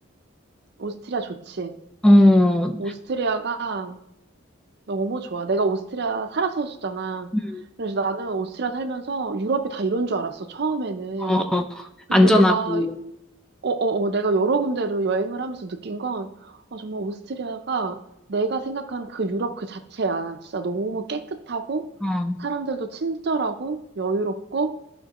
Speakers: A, on the right (about 50°); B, in the centre.
A: 오스트리아 좋지.
B: 어.
A: 오스트리아가 너무 좋아. 내가 오스트리아 살았었잖아.
B: 음.
A: 그래서 나는 오스트리아 살면서 유럽이 다 이런 줄 알았어. 처음에는.
B: 어, 어.
A: 근데
B: 안전하고.
A: 내가 어, 어, 어, 내가 여러 군데로 여행을 하면서 느낀 건 어, 정말 오스트리아가 내가 생각한 그 유럽 그 자체야. 진짜 너무 깨끗하고
B: 어,
A: 사람들도 친절하고 여유롭고